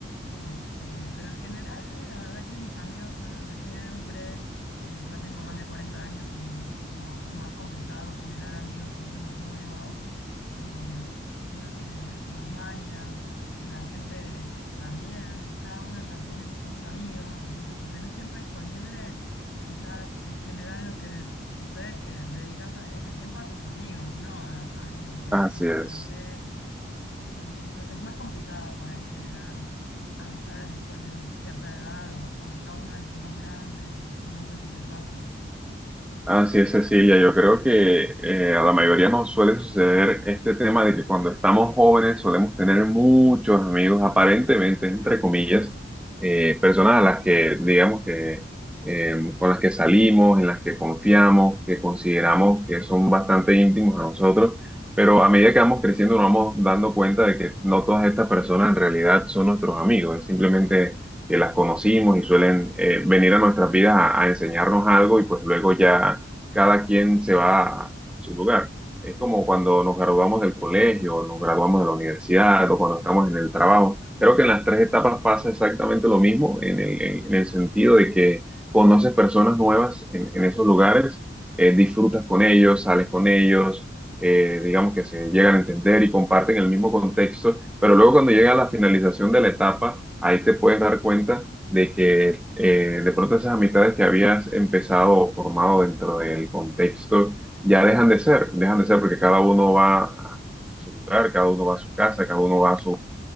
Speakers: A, on the left; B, in the centre.
A: Este, pero en general, la verdad que mis amigos son los de siempre. Eh, ya tengo más de 40 años y es como más complicado generar amigos íntimos nuevos. Em, uno tiene más mañas la gente también, cada uno ya tiene sus amigos, entonces si tenés tiempo disponible, quizás en general lo que sucede es que dedicas ese tiempo a tus amigos, no a alguien que
B: Así
A: no
B: es.
A: conoces, entonces es más complicado por ahí generar amistades después de un- cierta edad o cuando ya uno es más grande, no sé si te pasa.
B: Así es, Cecilia. Yo creo que eh, a la mayoría nos suele suceder este tema de que cuando estamos jóvenes solemos tener muchos amigos, aparentemente, entre comillas, eh, personas a las que, digamos que, eh, con las que salimos, en las que confiamos, que consideramos que son bastante íntimos a nosotros, pero a medida que vamos creciendo nos vamos dando cuenta de que no todas estas personas en realidad son nuestros amigos, es simplemente que las conocimos y suelen eh, venir a nuestras vidas a, a enseñarnos algo y pues luego ya cada quien se va a su lugar. Es como cuando nos graduamos del colegio, nos graduamos de la universidad o cuando estamos en el trabajo. Creo que en las tres etapas pasa exactamente lo mismo en el, en- en el sentido de que conoces personas nuevas en, en esos lugares, eh, disfrutas con ellos, sales con ellos, eh, digamos que se llegan a entender y comparten el mismo contexto, pero luego cuando llega la finalización de la etapa, ahí te puedes dar cuenta de que eh, de pronto esas amistades que habías empezado o formado dentro del contexto ya dejan de ser, dejan de ser porque cada uno va a su lugar, cada uno va a su casa, cada uno va a su